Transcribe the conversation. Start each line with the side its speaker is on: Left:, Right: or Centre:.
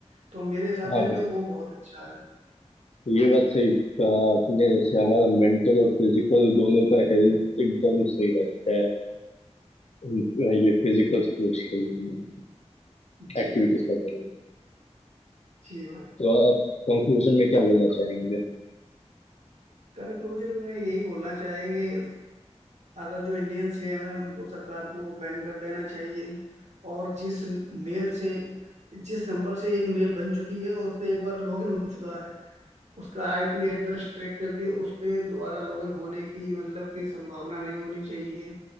Right: तो मेरे हिसाब
Left: हाँ
Right: से
Left: भाई
Right: तो वो बहुत अच्छा है
Left: ये बात सही कहा आपने जैसे हमारा मेंटल और फिजिकल दोनों का हेल्थ एकदम सही रहता है अ, ये फिजिकल स्पोर्ट्स खेलने में
Right: जी
Left: एक्टिविटीज
Right: जी
Left: करने
Right: भाई
Left: में
Right: जी भाई
Left: तो आप कंक्लूजन में क्या बोलना चाहेंगे
Right: कंक्लूजन में यही बोलना चाहेंगे अगर जो इंडियंस गेम है उनको सरकार को बैन कर देना चाहिए और जिस मेल से जिस नंबर से एक मेल बन चुकी है और उस पर एक बार लॉगिन हो चुका है उसका आईपी एड्रेस ट्रैक करके उस पे दोबारा लॉगिन होने की मतलब की संभावना नहीं होनी चाहिए